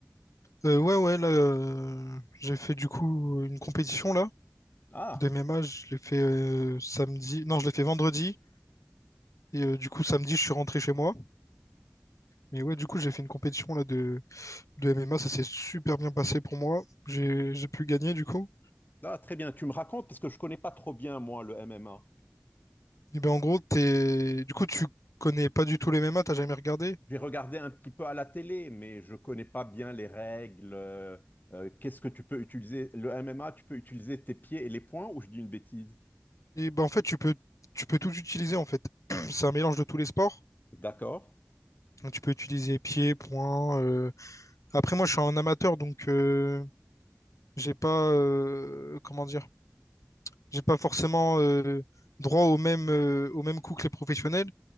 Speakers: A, on the left (about 85°); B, on the left (about 35°).
A: Euh, ouais, ouais, là, euh, j'ai fait du coup une compétition là,
B: Ah,
A: de MMA, je l'ai fait euh, samedi, non, je l'ai fait vendredi, et euh, du coup samedi, je suis rentré chez moi. Mais ouais, du coup, j'ai fait une compétition là de, de MMA, ça s'est super bien passé pour moi, j'ai j'ai pu gagner du coup.
B: ah, très bien. Tu me racontes parce que je connais pas trop bien, moi, le MMA.
A: Et ben en gros, t'es, du coup, tu connais pas du tout les MMA, t'as jamais regardé.
B: J'ai regardé un petit peu à la télé, mais je connais pas bien les règles. euh, euh, qu'est-ce que tu peux utiliser? Le MMA, tu peux utiliser tes pieds et les poings ou je dis une bêtise?
A: Et ben en fait, tu peux, tu peux tout utiliser en fait. <clears throat> C'est un mélange de tous les sports.
B: D'accord,
A: Donc, tu peux utiliser pied, poing. euh, Après, moi, je suis un amateur, donc. euh, j'ai pas euh, comment dire, j'ai pas forcément euh, droit au même euh, au même coup que les professionnels,